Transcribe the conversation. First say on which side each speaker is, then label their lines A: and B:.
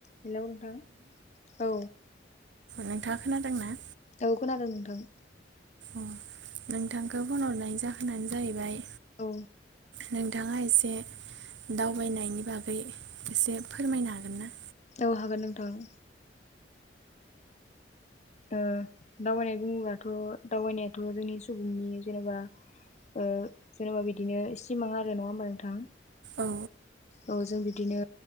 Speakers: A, on the left (about 40°); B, on the right (about 75°).
A: हेल' नोंथां औ
B: नोंथाङा खोनादों ना?
A: औ खोनादों नोंथां।
B: अ नोंथांखौ फन हरनाय जाहोनानो जाहैबाय
A: औ
B: नोंथाङा एसे दावबायनायनि बागै एसे फोरमायनो हागोन ना?
A: औ हागोन नोंथां। ओ दावबाय नाय बुङोबथ' दावबायनायाथ' जोंनि सुबुंनि जेनेबा ओ जेन'बा बिदिनो सिमां आरो नङा होमबा नोंथां
B: औ
A: औ जों बिदिनो